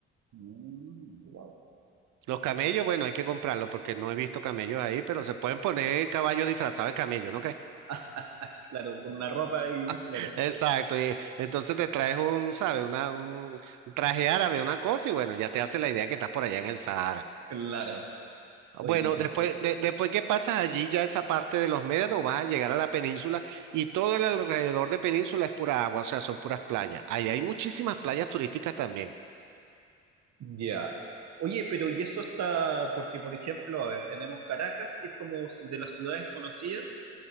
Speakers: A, on the right; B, on the right.
A: Mm, wow.
B: Los camellos, bueno, hay que comprarlos porque no he visto camellos ahí, pero se pueden poner caballos disfrazados de camello, ¿no crees?
A: <laughs> Claro, con una ropa y
B: <laughs>
A: claro,
B: Exacto. Y entonces te traes un, ¿sabes? Una, un un traje árabe, una cosa, y bueno, ya te hace la idea que estás por allá en el Sahara.
A: claro. Oye,
B: Bueno,
A: qué interesante.
B: después, de- después que pasas allí, ya esa parte de los médanos, vas a llegar a la península y todo el alrededor de península es pura agua, o sea, son puras playas. Ahí hay muchísimas playas turísticas también.
A: Ya. Oye, pero y eso está, porque por ejemplo, a ver, tenemos Caracas, que es como de las ciudades conocidas.